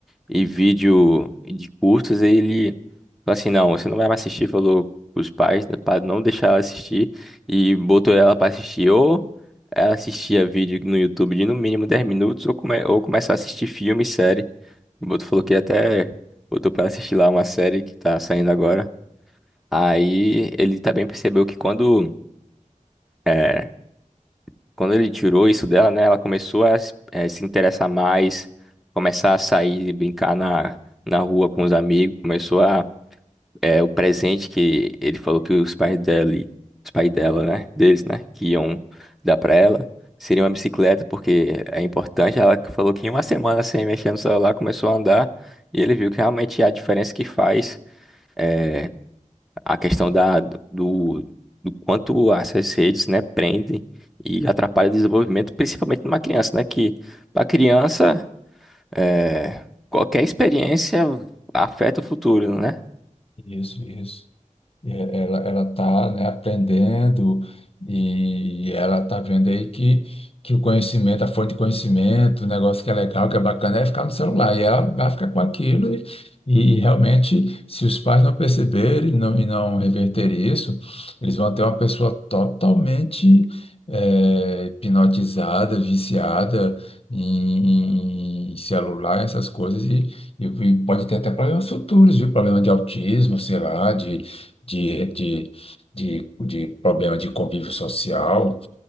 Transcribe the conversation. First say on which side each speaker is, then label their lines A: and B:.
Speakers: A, in the centre; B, on the left (about 45°).
A: e vídeo de curtas, e ele falou assim, não, você não vai mais assistir, falou os pais para não deixar ela assistir, e botou ela para assistir ou ela assistia vídeo no YouTube de no mínimo 10 minutos, ou, come, ou começar a assistir filme e série. O Boto falou que até botou para assistir lá uma série que tá saindo agora. Aí ele também percebeu que quando é, quando ele tirou isso dela, né, ela começou a, s- eh, se interessar mais, começar a sair e brincar na, na rua com os amigos, começou a, eh, o presente que ele falou que os pais dele, os pais dela, né, deles, né, que iam dar pra ela, seria uma bicicleta, porque é importante, ela que falou que em uma semana sem mexer no celular, começou a andar, e ele viu que realmente a diferença que faz, eh, a questão da, do, do quanto essas redes, né, prendem e atrapalham o desenvolvimento, principalmente numa criança, né, que para criança é, qualquer experiência afeta o futuro, né?
B: Isso, isso. É, Ela, ela está, né, aprendendo e ela está vendo aí que, que o conhecimento, a fonte de conhecimento, o negócio que é legal, que é bacana, é ficar no celular. E ela vai ficar com aquilo e, e realmente, se os pais não perceberem e não, e não reverterem isso, eles vão ter uma pessoa totalmente eh, hipnotizada, viciada em, em celular, essas coisas, e, e e pode ter até problemas futuros, viu? Problema de autismo, sei lá, de de, de, de, de problema de convívio social,